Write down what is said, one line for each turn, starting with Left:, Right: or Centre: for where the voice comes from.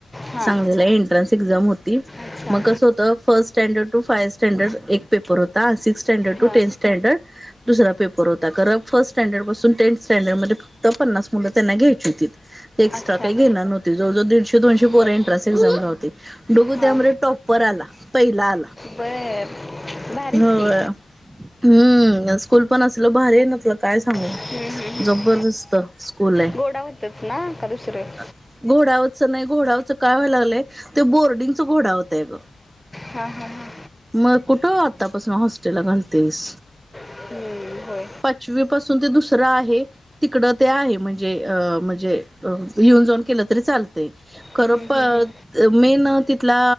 Centre: हा
Right: सांगलीला एंट्रन्स एक्झाम होती.
Centre: अच्छा
Right: म कसं होत, first standard to five standard एक पेपर होता. अनं सिक्स स्टँडर्ड टू
Centre: हा
Right: टेन स्टँडर्ड दुसरा पेपर होता. खरं फर्स्ट स्टँडर्ड पासून टेन्थ स्टँडर्डमध्ये फक् क्त पन्नास मुलं त्यांना घ्यायची होतीतं. ते एक्स्ट्रा
Centre: अच्छा
Right: काय घेणार नव्हती. जवळजवळ दीडशे दोनशे
Centre: बर
Right: पोरं एंट्रन्स एक्झामला होती. डुगु
Centre: हां
Right: त्यामध्ये टॉपर आला. पहिला आला.
Centre: व्हय, भारीच
Right: होय
Centre: की,
Right: हम्म, स्कूल पण असल भारी ये ना, तुला काय सांगू
Centre: हम्म, हम्म, हम्म.
Right: जबरदस्त स्कूल ये.
Centre: गोडावतच ना का दुसरं
Right: अ घोडावरचं नाय, घोडावरचं काय व्हाय लागलंय, ते बोर्डिंगच घोडावतय अग
Centre: हा हा हा
Right: म कुठं आतापासून हॉस्टेलला घणतेस.
Centre: हम्म, होय
Right: पण शुवे पासून ते दुसरा आहे तिकडं ते आहे, म्हणजे अ म्हणजे यिऊन जाऊन केलं तरी चालतंय.
Centre: हम्म,
Right: खरं पत
Centre: हम्म, हम्म.
Right: मेन अ तिथला